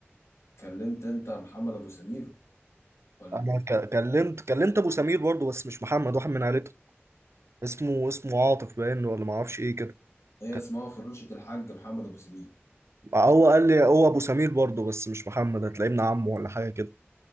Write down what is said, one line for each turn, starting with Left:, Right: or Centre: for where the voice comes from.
Left: كلمت أنت محمد أبو سمير ولا
Right: انا
Left: مين؟
Right: ك- كلمت كلمت ابو سمير برضه بس مش محمد واحد من عيلته اسمه اسمه عاطف باين ولا ما اعرفش ايه كده
Left: هي
Right: ك-
Left: اسمها فراشة الحاج محمد أبو سمير
Right: هو قال لي هو ابو سمير برضه بس مش محمد هتلاقيه ابن عمه ولا حاجه كده